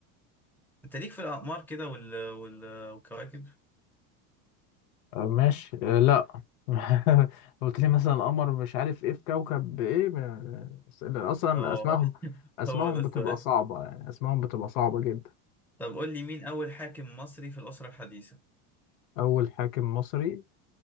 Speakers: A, in the centre; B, on the left (about 80°).
A: انت ليك في الاقمار كده وال... وال... والكواكب
B: أه، ماشي أه، لأ <laughs> قلت لي مثلا قمر مش عارف إيه في كوكب إيه ما- أصلا
A: اه
B: أسمائهم
A: <laughs>
B: أسمائهم
A: هو ده السؤال
B: بتبقى صعبة يعني أسمائهم بتبقى صعبة جدا
A: طب قول لي مين اول حاكم مصري في الاسره الحديثه
B: أول حاكم مصري